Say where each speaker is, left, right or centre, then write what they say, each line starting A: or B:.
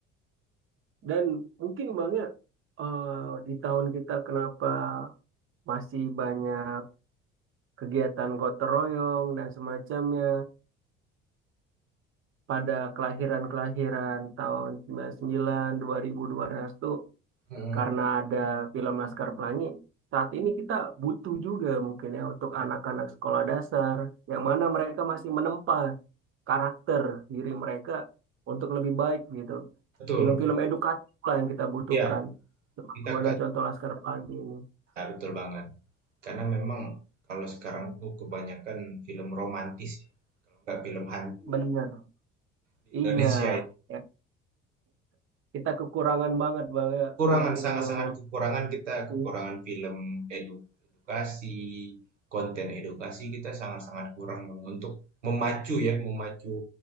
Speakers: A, on the right; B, on the right.
A: Dan mungkin Bang ya, eh, di tahun kita kenapa masih banyak kegiatan gotong royong dan semacamnya pada kelahiran-kelahiran tahun sembilan puluh sembilan, dua ribu dua 2012 tuh
B: Mm,
A: karena ada film Laskar Pelangi, saat ini kita butuh juga mungkin ya untuk anak-anak sekolah dasar yang mana mereka masih menempa karakter diri mereka untuk lebih baik gitu.
B: betul,
A: Film-film
B: betul.
A: edukatif lah yang kita butuhkan.
B: Iya,
A: Bagaimana
B: kita ke,
A: contoh Laskar Pelangi ini.
B: nah, betul banget. Karena memang kalau sekarang tuh kebanyakan film romantis ya, kalau nggak film hantu ya,
A: Bener.
B: di Indonesia
A: Iya.
B: ini.
A: Ya, kita kekurangan banget bang ya,
B: Kekurangan,
A: film-film
B: sangat-sangat
A: yang
B: kekurangan
A: mengedukasi.
B: kita, kekurangan film edu- edukasi, konten edukasi kita sangat-sangat kurang Bang. Untuk memacu ya, memacu